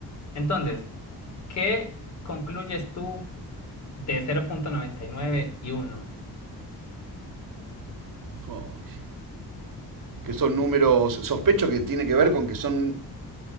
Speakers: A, on the left; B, on the right.
A: Entonces, ¿qué concluyes tú de cero punto noventa y nueve y uno?
B: Uy, que son números, sospecho que tiene que ver con que son,